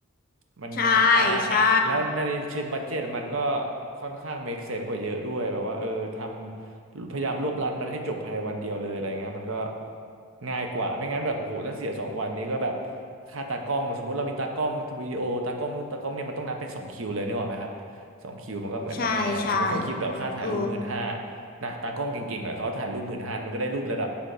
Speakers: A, on the right; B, on the left.
A: มันมันอ่ะอ่ะอ่ะแล้วในเชิงบัดเจ็ตมันก็
B: ใช่ใช่
A: ค่อนข้าง make sense กว่าเยอะด้วยแบบว่าเออทำพยายามรวบรัดมันให้จบภายในวันเดียวเลยอะไรเงี้ยมันก็ง่ายกว่าไม่งั้นแบบโอ้โหถ้าเสียสองวันนี้ก็แบบค่าตากล้องสมมุติเรามีตากล้องวิดีโอตากล้องนู่นตากล้องเนี่ยมันต้องนับเป็นสองคิวเลยนึกออกไหมครับ สองคิวมันก็เหมือนแบบแพงอะสมมติเขาคิดแบบค่าถ่ายรูปหมื่นห้า
B: ใช่ใช่เออ
A: นะตากล้องเก่งๆหน่อยเขาถ่ายรูปหมื่นห้ามันก็ได้รูประดับ